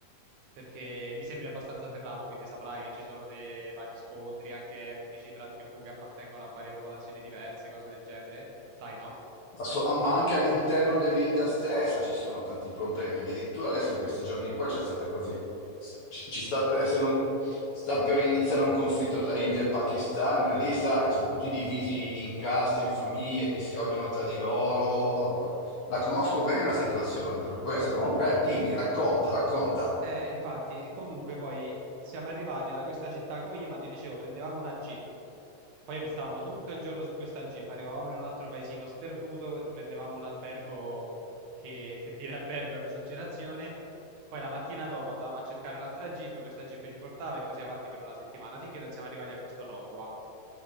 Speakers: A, on the right; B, on the left.
A: perché mi sembri abbastanza ferrato, quindi saprai che ci sono dei vari scontri anche etnici tra tribù che appartengono a varie popolazioni diverse, cose del genere, sai, no?
B: Ma, so- ma anche all'interno dell'India stessa ci sono tanti problemi. Addirittura adesso in questi giorni qua c'è stata quasi. Ci, ci sta per essere un, sta per iniziare un conflitto tra India e Pakistan. Lì, sai, sono tutti divisi in caste, in famiglie che si odiano tra di loro. La conosco bene la situazione per questo. Comunque, dai, dimmi, racconta, racconta.
A: Eh, infatti, comunque poi siamo arrivati da questa città Coima, ti dicevo, prendevamo una jeep, poi stavamo tutto il giorno su questa jeep, arrivavamo in un altro paesino sperduto, prendevamo un albergo che, che dire albergo è un'esagerazione, poi la mattina dopo andavamo a cercare un'altra jeep, questa jeep ci portava e così avanti per una settimana, finché non siamo arrivati a questo Longua.